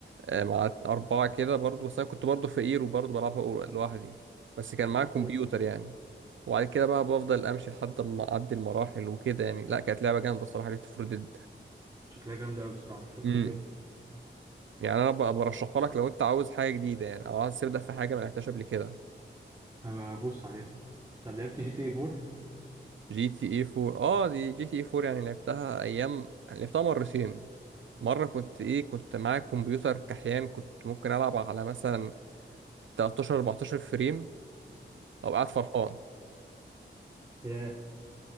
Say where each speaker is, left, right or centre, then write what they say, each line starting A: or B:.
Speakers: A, on the right; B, on the right.
A: آه، مع أربعة كده برضو بس أنا كنت برضو فقير وبرضو بلعبها قو- لوحدي بس كان معايا كمبيوتر
B: أيوة.
A: يعني وبعد كده بقى بفضل أمشي لحد ما أعدي المراحل وكده يعني لا كانت لعبة جامدة الصراحة ليفت فور
B: شكلها جامدة أوي بصراحة شفت
A: ديد
B: فيديوهات كتير
A: يعني انا ب- برشحها لك لو انت عاوز حاجه جديده يعني او عاوز تبدا في حاجه ما لعبتهاش قبل كده
B: هبقى أبص عليها طب لعبت جي تي اي 4؟
A: جي تي اي 4 اه دي جي تي اي 4 يعني لعبتها ايام لعبتها مرتين مره كنت ايه كنت معايا كمبيوتر كحيان كنت ممكن العب على مثلا 13 14 فريم او قاعد فرحان
B: ياه